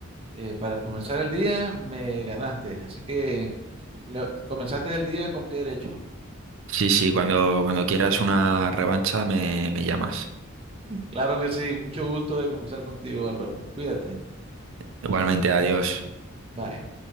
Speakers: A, on the right (about 25°); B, on the right (about 65°).
A: eh, para comenzar el día me ganaste, así que le- comenzaste el día con pie derecho.
B: Sí, sí, cuando, cuando quieras una revancha me, me llamas.
A: Claro que sí, mucho gusto de conversar contigo, Álvaro. Cuídate.
B: Igualmente, adiós.
A: Bye.